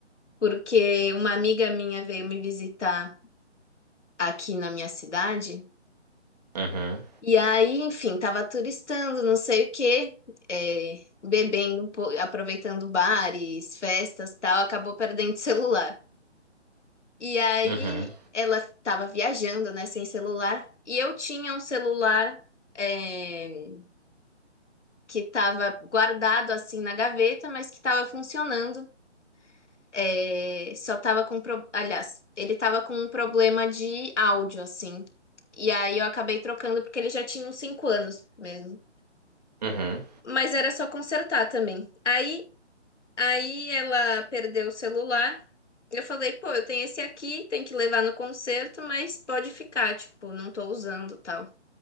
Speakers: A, on the left; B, on the right.
A: porque uma amiga minha veio me visitar aqui na minha cidade,
B: Uhum.
A: e aí, enfim, tava turistando, não sei o quê, é, bebendo um pouco, aproveitando bares, festas, tal, acabou perdendo o celular. E aí
B: Uhum.
A: ela estava viajando, né, sem celular. E eu tinha um celular é, que estava guardado assim na gaveta, mas que estava funcionando. É, só estava com, pro- aliás, ele estava com um problema de áudio assim. E aí eu acabei trocando porque ele já tinha uns 5 anos mesmo.
B: Uhum,
A: Mas era só consertar também. Aí Aí ela perdeu o celular. Eu falei, pô, eu tenho esse aqui, tem que levar no concerto, mas pode ficar, tipo, não tô usando tal.